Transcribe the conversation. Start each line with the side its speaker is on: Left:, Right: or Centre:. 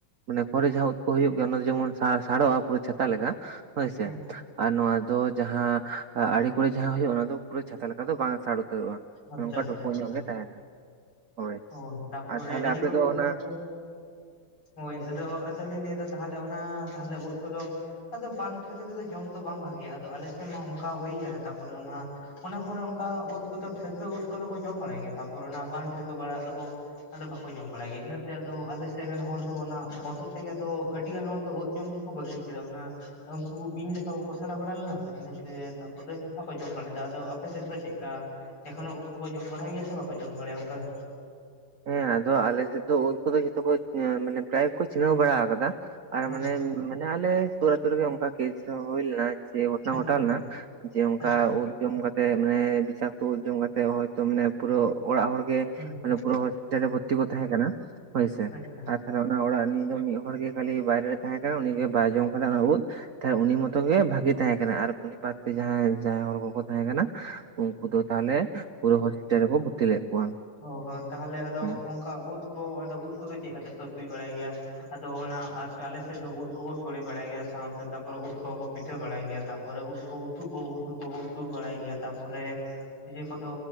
Right: ᱢᱟᱱᱮ ᱠᱚᱨᱮ ᱡᱟᱦᱟᱸ ᱳᱫ ᱠᱚ ᱦᱩᱭᱩᱜ ᱜᱮᱭᱟ ᱚᱱᱟ ᱡᱮᱢᱚᱱ ᱥᱟᱲ ᱥᱟᱲᱚᱜᱼᱟ ᱯᱩᱨᱟᱹ ᱪᱷᱟᱛᱟ ᱞᱮᱠᱟ ᱦᱳᱭᱥᱮ
Left: ᱦᱩᱸ
Right: ᱟᱨ ᱱᱚᱣᱟᱸ ᱫᱚ ᱡᱟᱦᱟᱸ ᱟᱲᱮ ᱠᱚᱨᱮ ᱡᱟᱦᱟᱸ ᱦᱳᱭᱳᱜᱼᱟ ᱚᱱᱟ ᱫᱚ ᱯᱩᱨᱟᱹ ᱪᱷᱟᱛᱟ ᱞᱮᱠᱟ ᱫᱚ ᱵᱟᱝ ᱥᱟᱨ ᱩᱛᱟᱹᱨᱚᱜᱼᱟ᱾
Left: ᱟᱪᱪᱷᱟ
Right: ᱱᱚᱝᱠᱟ
Left: ᱟᱪᱪᱷᱟ
Right: ᱰᱷᱩᱯᱩᱜ
Left: ᱟᱪᱪᱷᱟ
Right: ᱧᱚᱜ ᱜᱮ ᱛᱟᱦᱮᱱᱟ ᱦᱳᱭ
Left: ᱳᱻᱛᱟᱯᱚᱨᱮ
Right: ᱟᱨ ᱛᱟᱦᱚᱞᱮ
Left: ᱤᱡᱟᱹ
Right: ᱟᱯᱮ
Left: ᱠᱚᱫᱚ
Right: ᱫᱚ
Left: ᱛᱟᱦᱚᱞᱮ
Right: ᱚᱱᱟ
Left: ᱦᱳᱭ ᱟᱫᱚ ᱟᱫᱚᱞᱤᱧ ᱞᱟᱹᱭᱫᱟ ᱛᱟᱦᱚᱞᱮ ᱚᱱᱟ ᱛᱟᱦᱚᱞᱮ ᱳᱫ ᱠᱚᱫᱚ ᱟᱫᱚ ᱵᱟᱝ ᱴᱷᱠᱟᱹ ᱛᱮᱫᱚ ᱡᱚᱢ ᱫᱚ ᱵᱟᱝ ᱵᱷᱟᱜᱤᱭᱟ ᱟᱫᱚ ᱟᱞᱮᱥᱮᱫ ᱢᱟ ᱚᱱᱠᱟ ᱦᱩᱭ ᱟᱠᱟᱱᱟ ᱛᱯᱚᱨᱮ ᱚᱱᱟ ᱚᱱᱟ ᱯᱚᱨᱮ ᱚᱱᱠᱟ ᱳᱫ ᱠᱚᱫᱚ ᱴᱷᱟᱹᱣᱠᱟᱹ ᱳᱫ ᱠᱚᱫᱚ ᱠᱚ ᱡᱚᱢ ᱵᱟᱲᱟᱭ ᱜᱮᱭᱟ ᱛᱟᱨᱯᱚᱨᱮ ᱚᱱᱟ ᱵᱟᱝ ᱴᱷᱟᱹᱣᱠᱟᱹ ᱵᱟᱲᱟ ᱫᱚᱠᱚ ᱟᱫᱚ ᱵᱟᱠᱚ ᱡᱚᱢ ᱵᱟᱲᱟᱭ ᱜᱮᱭᱟ ᱤᱱᱟᱹᱛᱮ ᱟᱫᱚ ᱟᱞᱮ ᱥᱮᱫ ᱨᱮᱱ ᱦᱚᱲ ᱫᱚ ᱚᱱᱟ ᱵᱚᱛᱚᱨ ᱛᱮᱜᱮ ᱟᱫᱚ ᱟᱹᱰᱤ ᱜᱟᱱ ᱦᱚᱲ ᱫᱚ ᱳᱫ ᱡᱚᱢ ᱵᱟᱹᱜᱤ ᱠᱮᱫᱟ ᱚᱱᱟ ᱩᱱᱠᱩ ᱠᱚ ᱵᱤᱧ ᱞᱮᱠᱟ ᱠᱚ ᱜᱚᱥᱲᱟ ᱵᱟᱲᱟ ᱞᱮᱱᱟ ᱛᱚ ᱤᱱᱟᱹᱛᱮ ᱛᱟᱯᱚᱨᱮ ᱵᱟᱠᱚ ᱡᱚᱢ ᱵᱟᱲᱟᱭᱮᱫᱟ ᱟᱫᱚ? ᱟᱯᱮ ᱥᱮᱫ ᱫᱚ ᱪᱮᱫᱠᱟ ᱮᱠᱷᱚᱱᱳ ᱩᱫ ᱠᱚᱠᱚ ᱡᱚᱢ ᱵᱟᱲᱟᱭ ᱜᱮᱭᱟ ᱥᱮ ᱵᱟᱠᱚ ᱡᱚᱢ ᱵᱟᱲᱟᱭᱟ ᱚᱱᱠᱟ ᱫᱚ?
Right: ᱦᱮᱸ ᱟᱫᱚ ᱟᱞᱮᱥᱮᱫ ᱫᱚ ᱳᱫ ᱠᱚᱫᱚ ᱡᱚᱛᱚ ᱠᱚ ᱢᱟᱱᱮ ᱯᱨᱟᱭᱠᱚ ᱪᱤᱱᱦᱟᱹᱣ ᱵᱟᱲᱟ ᱟᱠᱟᱫᱟ
Left: ᱦᱮᱸ
Right: ᱟᱨ ᱢᱟᱱᱮ ᱢᱟᱱᱮ ᱟᱞᱮ ᱥᱩᱨ ᱟᱹᱛᱩ ᱨᱮᱜᱮ ᱚᱱᱠᱟ ᱠᱮᱥ ᱫᱚ ᱦᱩᱭ ᱞᱮᱱᱟ᱾ ᱥᱮ ᱜᱷᱚᱴᱚ
Left: ᱟᱪᱪᱷᱟ
Right: ᱜᱷᱚᱴᱟᱣ ᱞᱮᱱᱟ ᱡᱮ ᱚᱱᱠᱟ
Left: ᱟᱪᱪᱷᱟ
Right: ᱩᱫ ᱡᱚᱢ ᱠᱟᱛᱮ ᱢᱟᱱᱮ ᱵᱤᱥᱟᱠᱛᱚ ᱡᱚᱢ ᱠᱟᱛᱮᱫ ᱦᱚᱭᱛᱳ ᱢᱟᱱᱮ ᱯᱩᱨᱟᱹ ᱚᱲᱟᱜ ᱦᱚᱲ ᱜᱮ
Left: ᱦᱮᱸ
Right: ᱯᱩᱨᱟᱹ ᱦᱚᱥᱯᱤᱴᱟᱞ ᱨᱮ ᱵᱷᱚᱨᱛᱤ ᱠᱚ ᱛᱟᱦᱮᱸ ᱠᱟᱱᱟ ᱦᱳᱭᱥᱮ
Left: ᱟᱪᱪᱷᱟ
Right: ᱟᱨ ᱟᱨ ᱚᱱᱟ ᱚᱲᱟᱜ ᱨᱤᱱᱤᱡ ᱫᱚ ᱢᱤᱫ ᱦᱚᱲᱜᱮ ᱠᱷᱟᱹᱞᱤ ᱵᱟᱦᱨᱮ ᱨᱮ ᱛᱟᱦᱮᱸ ᱠᱟᱱᱟ ᱩᱱᱤᱜᱮ ᱵᱟᱭ ᱡᱚᱢ ᱠᱟᱫᱟ ᱚᱱᱟ ᱳᱫ ᱛᱷᱟ ᱩᱱᱤ ᱢᱚᱛᱚ ᱜᱮ ᱵᱷᱟᱹᱜᱤ ᱛᱟᱦᱮᱸ ᱠᱟᱱᱟ ᱟᱨ ᱩᱱᱤ ᱵᱟᱫᱛᱮ ᱡᱟᱦᱟᱸᱭ ᱡᱟᱦᱟᱸᱭ ᱦᱚᱲ ᱠᱚᱠᱚ ᱛᱟᱦᱮᱸ ᱠᱟᱱᱟ ᱩᱱᱠᱩ ᱫᱚ ᱛᱟᱦᱞᱮ ᱯᱩᱨᱟᱹ ᱦᱚᱥᱯᱤᱴᱟᱞ ᱨᱮᱠᱚ ᱵᱷᱩᱨᱛᱤ ᱞᱮᱫ ᱠᱚᱣᱟ᱾
Left: ᱦᱚ ᱦᱚ ᱛᱟᱦᱞᱮ ᱟᱫᱚ
Right: ᱦᱩᱸ
Left: ᱚᱱᱠᱟ ᱩᱫ ᱠᱚ ᱟᱫᱚ ᱩᱫ ᱠᱚᱫᱚ ᱪᱮ ᱠᱟᱛᱮ ᱩᱛᱩ ᱵᱟᱲᱟᱭ ᱜᱮᱭᱟ ᱟᱫᱚ ᱚᱱᱟ ᱟᱞᱮ ᱥᱮᱫ ᱫᱚ ᱩᱫ ᱠᱚᱠᱚ ᱥᱚᱲᱮ ᱵᱟᱲᱟᱭ ᱜᱮᱭᱟ ᱥᱟᱶᱛᱮ ᱛᱟᱨᱯᱚᱨᱮ ᱩᱫ ᱠᱚᱦᱚᱸ ᱠᱚ ᱯᱤᱴᱷᱟᱹ ᱵᱟᱲᱟᱭ ᱜᱮᱭᱟ ᱛᱟᱨᱯᱚᱨᱮ ᱩᱫ ᱠᱚ ᱩᱛᱩ ᱠᱚ ᱩᱛᱩ ᱠᱚ ᱩᱛᱩ ᱵᱟᱲᱟᱭ ᱜᱮᱭᱟ ᱛᱟᱨᱯᱚᱨᱮ ᱤᱡᱮ ᱠᱚᱫᱚ